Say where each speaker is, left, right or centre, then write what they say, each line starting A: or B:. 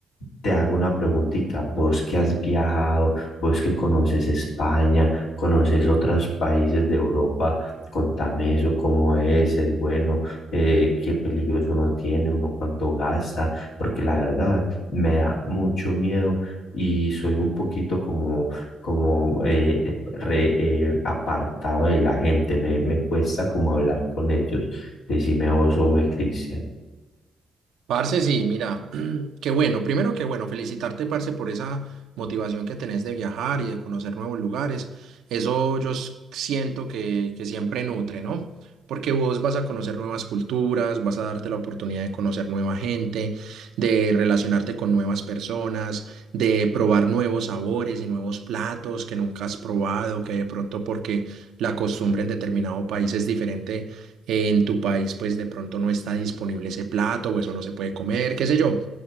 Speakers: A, on the left (about 80°); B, on the right (about 75°).
A: Te hago una preguntita, vos que has viajado, vos que conoces España, conoces otros países de Europa, contame eso, cómo es, es bueno, eh, qué peligros uno tiene, uno cuánto gasta, porque la verdad me da mucho miedo y soy un poquito como, como eh, eh, re- eh, apartado de la gente, me, me cuesta como hablar con ellos. Decime vos o me Cristian.
B: Parce, sí, mira, <clears throat> qué bueno. Primero, qué bueno, felicitarte, parce, por esa motivación que tenés de viajar y de conocer nuevos lugares. Eso yo s- siento que, que siempre nutre, ¿no? Porque vos vas a conocer nuevas culturas, vas a darte la oportunidad de conocer nueva gente, de relacionarte con nuevas personas, de probar nuevos sabores y nuevos platos que nunca has probado, que de pronto porque la costumbre en determinado país es diferente eh, en tu país pues de pronto no está disponible ese plato o eso no se puede comer, qué sé yo.